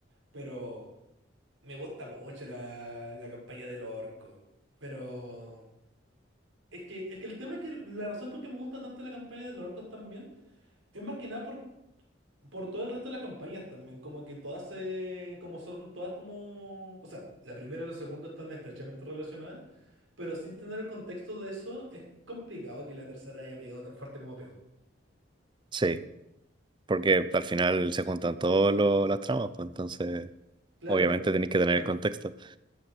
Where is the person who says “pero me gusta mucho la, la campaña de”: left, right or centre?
Right